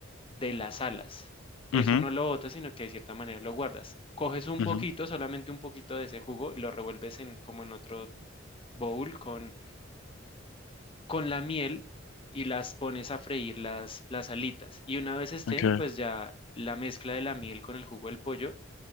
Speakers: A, on the left (about 30°); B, on the left (about 85°).
A: de las alas. Eso
B: Ujú,
A: no lo botas, sino que de cierta manera lo guardas. Coges un
B: ujú,
A: poquito, solamente un poquito de ese jugo, y lo revuelves en, como en otro bowl con, con la miel y las pones a freír las, las alitas. Y una vez estén,
B: ok.
A: pues ya la mezcla de la miel con el jugo del pollo